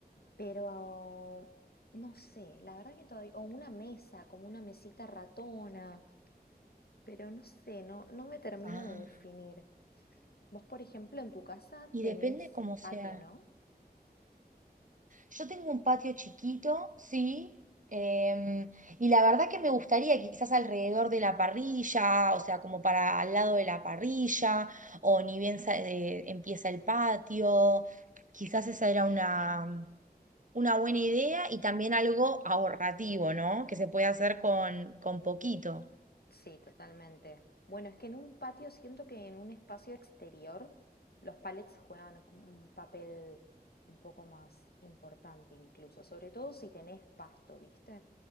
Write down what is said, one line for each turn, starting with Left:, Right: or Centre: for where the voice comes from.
Left: Pero no sé, la verdad que todavía, o una mesa, como una mesita ratona, pero no sé, no, no me termino
Right: Ah,
Left: de definir. Vos, por ejemplo, en tu casa
Right: y
Left: tenés
Right: depende cómo sea.
Left: patio, ¿no?
Right: Yo tengo un patio chiquito, sí, em, y la verdad que me gustaría quizás alrededor de la parrilla, o sea, como para al lado de la parrilla, o ni bien sa- eh, empieza el patio, quizás esa era una, una buena idea y también algo ahorrativo, ¿no? Que se puede hacer con, con poquito.
Left: Sí, totalmente. Bueno, es que en un patio siento que en un espacio exterior los palets juegan como un papel un poco más importante incluso, sobre todo si tenés pasto, ¿viste?